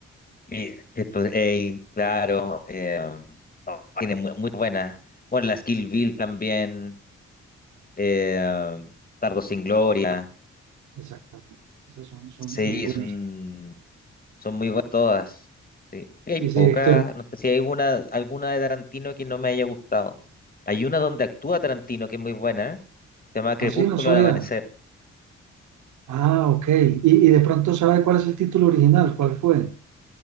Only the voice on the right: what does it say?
exactamente. Esas son, son
muy buenas.
Sí,
ese director.
Ah, sí, no sabía.
Ah, ok. Y, y de pronto sabe cuál es el título original, cuál fue,